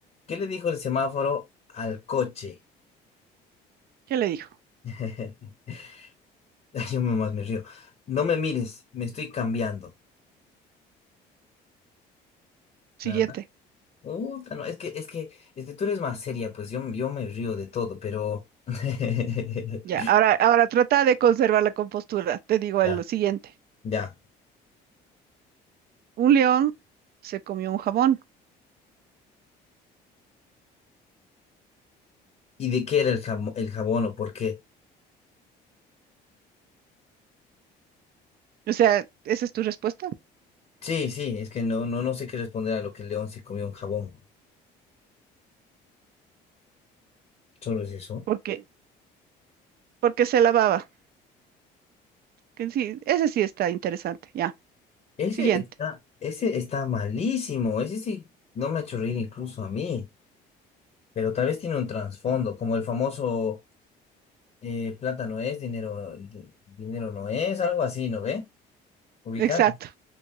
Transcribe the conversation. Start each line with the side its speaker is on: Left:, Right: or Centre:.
Left: ¿Qué le dijo el semáforo al coche?
Right: ¿Qué le dijo?
Left: <laughs> Ay, Yo más me río. No me mires, me estoy cambiando.
Right: Siguiente.
Left: Nada. Uta, no, es que, es que, es que tú eres más seria, pues yo, yo me río de todo, pero. <laughs>
Right: Ya, ahora, ahora trata de conservar la compostura. Te digo
Left: Ya,
Right: el siguiente.
Left: ya.
Right: Un león se comió un jabón.
Left: ¿Y de qué era el jamo- el jabón o por qué?
Right: O sea, esa es tu respuesta.
Left: Sí, sí, es que no, no, no sé qué responder a lo que el león se comió un jabón. Solo es eso.
Right: Porque, porque se lavaba. Que sí, ese sí está interesante. Ya.
Left: Ese
Right: Siguiente.
Left: está, ese está malísimo. Ese sí, no me ha hecho reír incluso a mí. Pero tal vez tiene un trasfondo, como el famoso eh, plata no es, dinero, di- dinero no es, algo así, ¿no ve? Ubicar.
Right: Exacto.